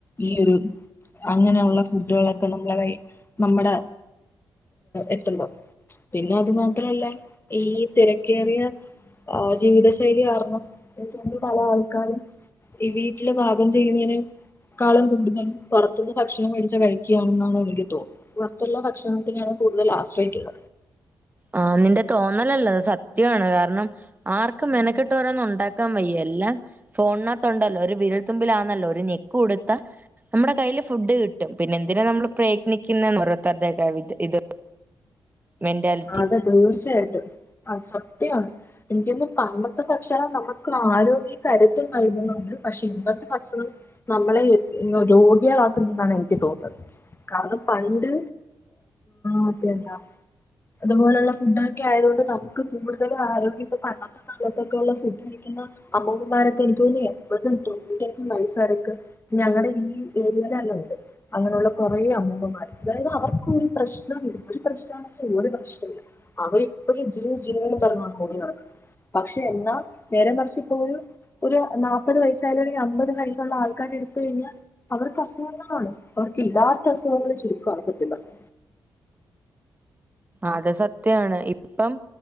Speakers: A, on the left; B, on the right.
A: ഈ ഒരു അങ്ങനെയുള്ള ഫുഡുകളൊക്കെ നമ്മളെ വയ് നമ്മുടെ ഏത്തുമ്പോ പിന്നെ അത് മാത്രല്ല ഈ തിരക്കേറിയ ആ ജീവിത ശൈലി കാരണം പല ആൾക്കാരും ഈ വീട്ടില് പാകം ചെയ്യുന്നനെ ക്കാളം കൂടുതൽ പുറത്തുനിന്ന് ഭക്ഷണം മേടിച്ച് കഴിക്കുകയാണെന്നാണ് എനി ക്ക് തോന്ന് പുറത്തുള്ള ഭക്ഷണത്തിനാണ് കൂടുതൽ ആശ്രയിക്കുക
B: ആ നിന്റെ തോന്നലല്ലത് സത്യമാണ് കാരണം ആർക്കും മെനക്കെട്ട് ഓരോന്ന് ഉണ്ടാക്കാൻ വയ്യാ എല്ലാം ഫോണിനത്തുണ്ടല്ലോ ഒരു വിരൽ തുമ്പിലാന്നല്ലോ ഒരു നെക്ക് കൊടുത്താ നമ്മുടെ കയ്യില് ഫുഡ് കിട്ടും പിന്നെ എന്തിനാണ് നമ്മൾ പ്രയത്നിക്കുന്നേ ഓരോത്തരുടെ ഇത് മെന്റാലിറ്റി
A: അതെ തീർച്ചയായിട്ടും അത് സത്യമാണ് എനിക്കൊന്ന് പണ്ടത്തെ ഭക്ഷണം നമുക്ക് ആരോഗ്യ കരുത്തും നൽകുന്നതാണ് പക്ഷെ ഇന്നത്തെ ഭക്ഷണം നമ്മളെ രോഗികളാക്കുന്ന എന്നാണ് എനിക്ക് തോന്നുന്നത് കാരണം പണ്ട് മറ്റേഎന്താ അതുപോലെയുള്ള ഫുഡ് ഒക്കെ ആയതുകൊണ്ട് നമുക്ക് കൂടുതലും ആരോഗ്യം ഇപ്പൊ പണ്ടത്തെക്കാളും ഫുഡ് കഴിക്കുന്ന അമ്മൂമ്മമാരൊക്കെ എനിക്ക് തോന്നുന്നേ എൺപതും തൊണ്ണൂറ്റാഞ്ച് വയസ്സ് വരക്ക് ഈ ഏരിയലല്ലാ അങ്ങനെയുള്ള കുറേ അമ്മൂമ്മമാർ അതായത് അവർക്കു ഒരു പ്രശ്നം പ്രശ്ന വെച്ചാൽ ഒരു പ്രശ്നമില്ല അവരിപ്പോഴും ജില്ല് ജില്ല് എന്ന്‌ പറഞ്ഞാണ് ഓടി നടക്കുണ്ണാത് പക്ഷെ എന്നാ നേരെ മറിച്ച് ഇപ്പോ ഒരു ഒരു നാല്പ്പത് വയസ്സായല്ലെിൽ അമ്പത് വയസ്സുള്ള ആൾക്കാർ എടുത്ത കഴിഞ്ഞാൽ അവർക്ക് അസുഖങ്ങളാണ് അവർക്കില്ലാത്ത അസുഖങ്ങള് ചുരുക്കമാണ് സത്യം പറഞ്ഞ
B: അത് സത്യാണ് ഇപ്പം